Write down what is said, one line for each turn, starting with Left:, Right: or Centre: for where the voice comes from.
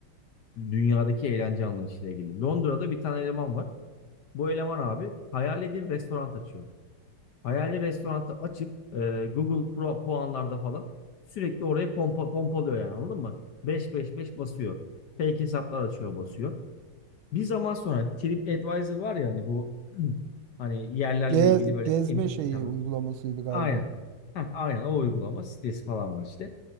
Left: e, dünyadaki eğlence anlayışıyla ilgili. Londra'da bir tane eleman var. Bu eleman abi hayali bir restoran açıyor. Hayali restoranı açıp e, Google Pro puanlarda falan sürekli oraya pompa, pompalıyor yani anladın mı? Beş beş beş basıyor. Fake hesaplar açıyor basıyor. Bir zaman sonra TripAdvisor var ya hani bu <clears throat> hani yerlerle
Right: ge-
Left: ilgili böyle
Right: gezme
Left: en iyi
Right: şeyi
Left: mekanlar.
Right: uygulamasıydı galiba.
Left: Aynen. Heh, aynen o uygulama sitesi falan var işte.